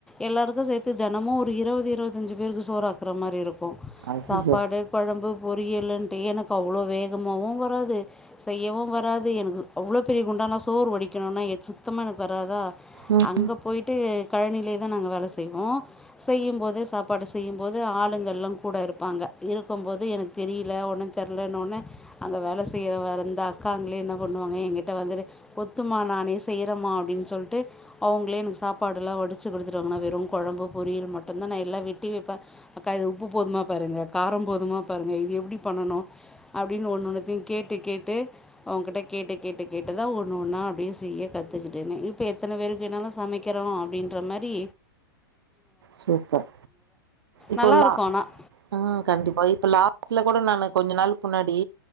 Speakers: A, in the centre; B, on the right (about 85°).
A: எல்லாருக்கு சேத்து தெனமு ஒரு இருபது இருபத்தஞ்சு பேருக்கு சோறாக்குற மாரி இருக் கு
B: ஐயயோ
A: சாப்பாடு கொழம்பு பொரியலுன்ட்டு எனக்கு அவ்ளோ வேகமாவு வராது செய்யவு வராது எனக்கு அவ்ளோ பெரிய குண்டலா சோறு வடிக்கணுனா சுத்தமாக எனக்கு வராதா
B: ம்
A: அங்க போய்ட்டு கழனியிலயே தா நாங்க வேல செய்வோ செய்யும்போதே சாப்பாடு செய்யும்போது ஆளுங்கெல்லா கூட இருப்பாங்க இருக்கும் போது எனக்கு தெரியல ஒன்னு தெரிலன்னொன்னே அங்க வேல செய்ற வர இந்த அக்காங்களே என்ன பண்ணுவாங்க எங்கிட்ட வந்துட்டு ஒத்துமா நானே செய்றேம்மா அப்படின்னு சொல்லிட்டு அவங்களே எனக்கு சாப்பாடெல்லா வடிச்சு குடுத்துருவாங்க நா வெறு கொழம்பு பொரியல் மட்டுந்தா நா எல்லா வெட்டி வெப்பே அக்கா இது உப்பு போதுமா பாருங்க காரம் போதுமா பாருங்க இது எப்படி பண்ணனு அப்படின்னு ஒன்னொத்தையும் கேட்டு கேட்டு அவங்ககிட்ட கேட்டு கேட்டு கேட்டுதான் ஒண்ணு ஒன்னா அப்படியே செய்ய கத்துக்கிட்டேனே இப்ப எத்தன பேருக்குனாலும் சமைக்கிறோம் அப்படின்ற மாரி
B: சூப்பர் இப்போல்லா
A: நல்லாயிருக்கும் ஆனால்
B: உம் கண்டிப்பா இப்ப ல த்துல கூட நான் கொஞ்ச நாளுக்குக்கு முன்னாடி